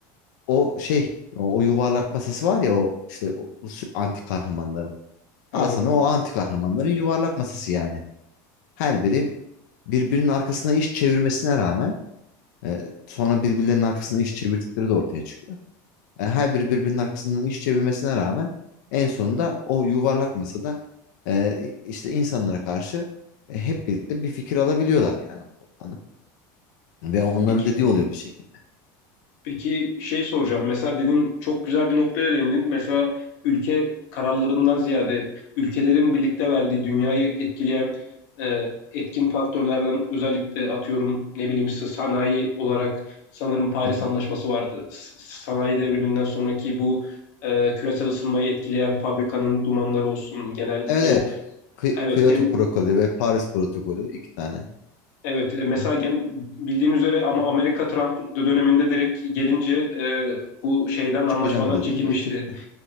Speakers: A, on the left (about 80°); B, on the left (about 70°).
A: o şey o, o yuvarlak masası var ya o işte o, o sü- anti kahramanların.
B: Aynen.
A: Al sana o anti kahramanların yuvarlak masası yani. Her biri birbirinin arkasına iş çevirmesine rağmen e, sonra birbirlerinin arkasına iş çevirdikleri de ortaya çıkıyor. E, her biri birbirinin arkasından iş çevirmesine rağmen en sonunda o yuvarlak masada e, işte insanlara karşı e, hep birlikte bir fikir alabiliyorlar yani toplanıp. Ve onların
B: Peki
A: dediği oluyor bir şekilde.
B: Peki şey soracağım. Mesela dedin çok güzel bir noktaya değindin. Mesela ülke kararlarından ziyade ülkelerin birlikte verdiği dünyayı etkileyen e, etkin faktörlerden özellikle atıyorum ne bileyim s- sanayi olarak sanırım Paris
A: Hı hı.
B: Anlaşması vardı. S- sanayi devriminden sonraki bu e, küresel ısınmayı etkileyen fabrikanın dumanları olsun genel
A: Evet
B: o
A: evet. Kı-
B: evet
A: Kyoto
B: tem-
A: protokolü ve Paris protokolü iki tane.
B: Evet, e, mesela
A: Hı hı.
B: gen, bildiğin üzere ama Amerika Trump döneminde direkt gelince e, bu şeyden anlaşmadan
A: Çıkacağım dedi
B: çekilmişti.
A: ve çıktı.